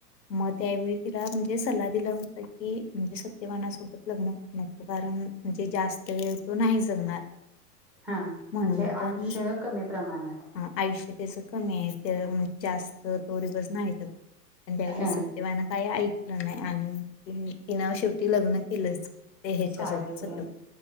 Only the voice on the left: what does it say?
मग त्यावेळी तिला म्हणजे सल्ला दिला होता की सत्यवानासोबत लग्न न कारण म्हणजे जास्त वेळ तो नाही जगणार.
म्हणून
पण
अ, आयुष्य त्याचं कमी आहे तर म जास्त तोरी बस नाही तर त्यावेळी
सत्यवान काय ऐक नाही आणि तिना शेवटी लग्न केलंच. हे हच्या
सोबच <unintelligible>